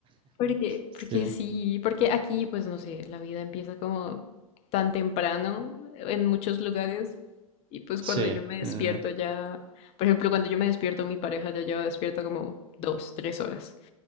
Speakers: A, on the left (about 35°); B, on the right (about 25°).
A: Porque,
B: Sí,
A: porque sí, porque aquí, pues no sé, la vida empieza como tan temprano en muchos lugares. Y pues
B: sí,
A: cuando yo me despierto
B: sí, sí. sí.
A: ya, por ejemplo, cuando yo me despierto, mi pareja ya lleva despierta como dos, tres horas.